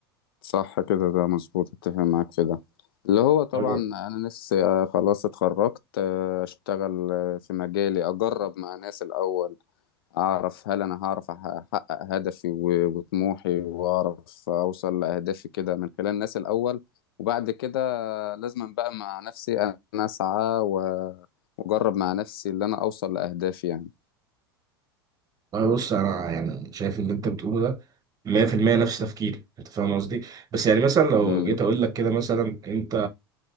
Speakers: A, on the left (about 65°); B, on the right (about 30°).
A: صح كده ده مظبوط اتفق معاك في ده اللي هو طبعا
B: أيوة.
A: انا نفسي آه، خلاص اتخرجت آه، اشتغل آه، في مجالي اجرب مع ناس الاول أعرف هل أنا هعرف أح- أحقق هدفي و- وطموحي وأعرف أوصل لأهدافي كده من خلال الناس الأول وبعد كده لازم بقى مع نفسي أنا أسعى و- وأجرب مع نفسي اللي أنا أوصل لأهدافي يعني
B: والله بص انا يعني شايف اللي انت بتقوله ده 100% نفس تفكيري انت فاهم قصدي بس يعني مثلا لو
A: مم.
B: جيت اقول لك كده مثلا انت